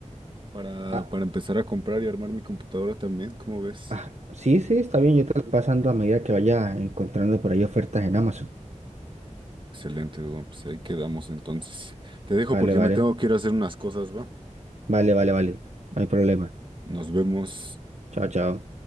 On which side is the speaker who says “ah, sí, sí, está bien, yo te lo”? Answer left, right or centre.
Right